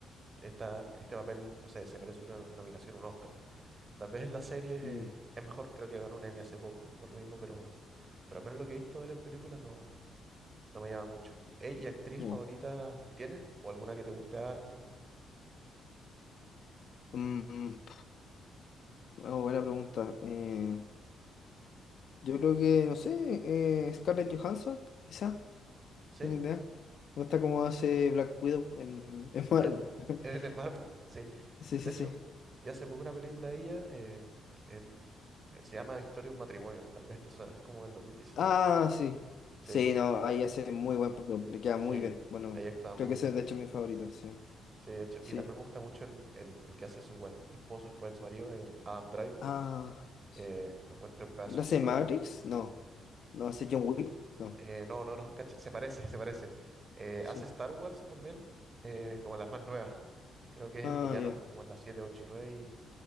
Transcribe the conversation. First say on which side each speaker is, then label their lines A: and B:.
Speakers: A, on the right (about 35°); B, on the left (about 60°).
A: esta, este papel, no sé, se merece una nominación, un Oscar. Tal vez en las series eh,
B: Mm,
A: es mejor, creo que ganó un Emmy hace poco, por lo mismo, pero, pero al menos lo que he visto de él en películas no, no me llama mucho. Ey, ¿y actriz
B: no.
A: favorita tienes? ¿O alguna que te guste harto?
B: Mm, ah, buena pregunta. Eh, yo creo que, no sé, eh, Scarlett Johansson, quizás,
A: ¿Sí?
B: no tengo idea. O está como hace Black Widow en, en Marvel.
A: ¿En, <laughs>
B: <laughs>
A: en, en Marvel? Sí.
B: Sí,
A: De
B: sí,
A: hecho,
B: sí.
A: vi hace poco una película de ella, eh, en, eh, se llama Historia de un matrimonio, tal vez te suena, es como del 2019.
B: Ah, sí.
A: Sí.
B: Sí, no, ahí hace muy buen papel, le queda muy
A: Sí,
B: bien. Bueno,
A: ahí actúa muy,
B: creo que ese
A: muy
B: es
A: bien.
B: de hecho mi favorito, sí.
A: Sí, de hecho,
B: Sí.
A: y también me gusta mucho el, el- el que hace su, bueno, esposo, después ex marido, el Adam Driver.
B: Ah, sí.
A: Eh, lo encuentro un pedazo
B: ¿Él hace
A: de actor.
B: Matrix? No. ¿No hace John Wick? No.
A: Eh, no, no, no, cacha, se parece, se parece. Eh,
B: Sí.
A: hace Star Wars también, eh, como las más nuevas. Creo que es
B: Ah,
A: el villano,
B: ya.
A: como en las 7, 8 y 9 y,